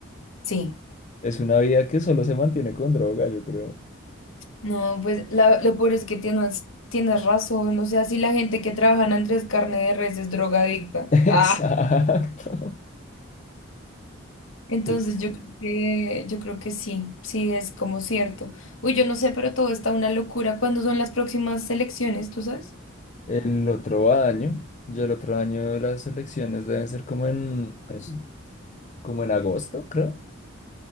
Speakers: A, on the left; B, on the left.
A: Sí,
B: es una vida que solo se mantiene con droga, yo creo.
A: no, pues la- lo peor es que tienes, tienes razón. O sea, si la gente que trabaja en Andrés Carne de Res es drogadicta.
B: <laughs> Exacto.
A: Ah, Entonces
B: Es-
A: yo creo que, yo creo que sí, sí, es como cierto. Uy, yo no sé, pero todo está una locura. ¿Cuándo son las próximas elecciones, tú sabes?
B: El otro año, ya el otro año las elecciones deben ser como en, es- como en agosto, creo.